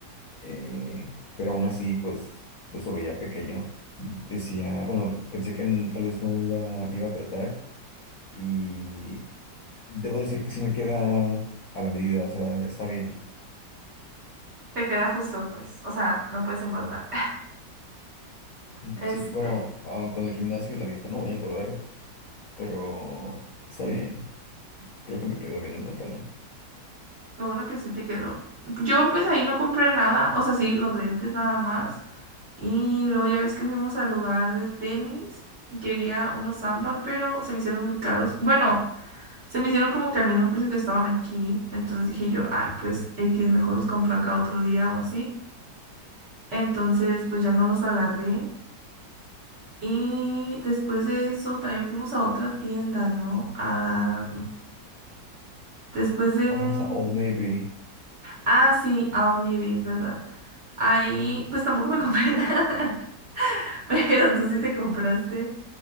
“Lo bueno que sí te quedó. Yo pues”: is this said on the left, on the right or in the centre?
Right